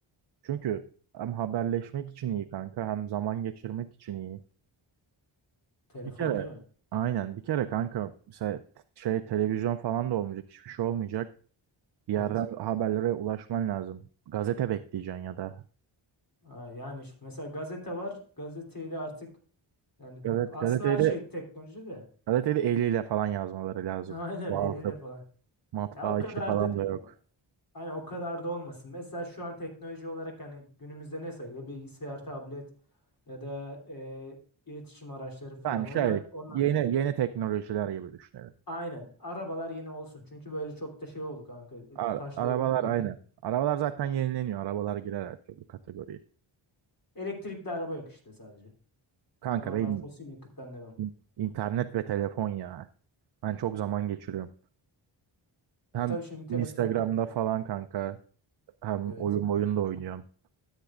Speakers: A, on the right; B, on the left.
A: Çünkü hem haberleşmek için iyi kanka hem zaman geçirmek için iyi.
B: Telefon
A: Bir kere
B: değil mi?
A: aynen bir kere kanka mesela t- şey televizyon falan da olmayacak hiçbir şey olmayacak. Bir
B: Evet.
A: yerden haberlere ulaşman lazım. Gazete bekleyeceksin ya da
B: Ha, yani işte mesela gazete var. Gazeteyi de artık yani
A: gazet
B: aslında
A: gazeteyi
B: her şey
A: de
B: teknoloji de.
A: gazeteyi de eliyle falan yazmaları lazım.
B: <laughs> Aynen
A: Çoğaltıp
B: eliyle falan.
A: matbaa
B: Ya o kadar
A: işi falan
B: da değil
A: da yok.
B: ya. Hani o kadar da olmasın. Mesela şu an teknoloji olarak hani günümüzde ne sayılıyor? Bilgisayar, tablet ya da e, iletişim araçları falan.
A: Ben şey
B: Onlar onlar
A: yeni yeni teknolojiler gibi düşünelim.
B: Aynen. Arabalar yine olsun. Çünkü böyle çok da şey oldu kanka.
A: Ar-
B: Taş
A: arabalar
B: devrine dönmek.
A: aynı. Arabalar zaten yenileniyor. Arabalar girer her türlü kategoriye.
B: Elektrikli araba yok işte sadece.
A: Kanka
B: Normal
A: benim
B: fosil yakıttan devam.
A: İn- İnternet ve telefon ya. Ben çok zaman geçiriyorum.
B: Ya
A: Hem
B: tabii şimdi telefon.
A: Instagram'da falan kanka hem
B: Evet.
A: oyun oyun da oynuyorum.